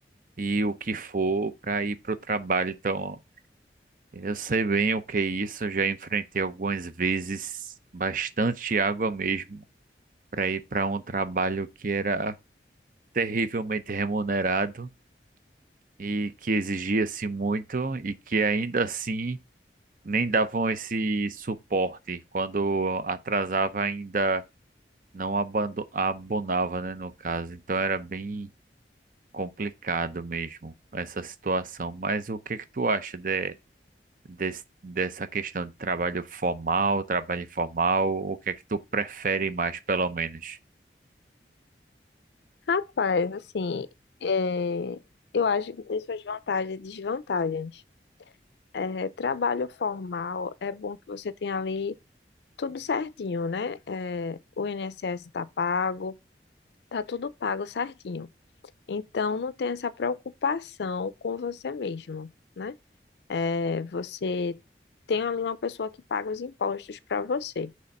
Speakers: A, on the right; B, on the left.
A: e o que for para ir pro trabalho. Então eu sei bem o que é isso, eu já enfrentei algumas vezes bastante água mesmo para ir para um trabalho que era terrivelmente remunerado e que exigia-se muito e que ainda assim nem davam esse suporte. Quando atrasava ainda não abando- abonava, né, no caso. Então era bem complicado mesmo essa situação. Mas o que que tu acha, de des- dessa questão de trabalho formal, trabalho informal, o que é que tu prefere mais, pelo menos?
B: Rapaz, assim, é, eu acho que tem suas vantagens e desvantagens. É, trabalho formal é bom que você tenha ali tudo certinho, né? É, o INSS tá pago, tá tudo pago certinho. Então, não tem essa preocupação com você mesmo. né? É, você tem ali uma pessoa que paga os impostos para você.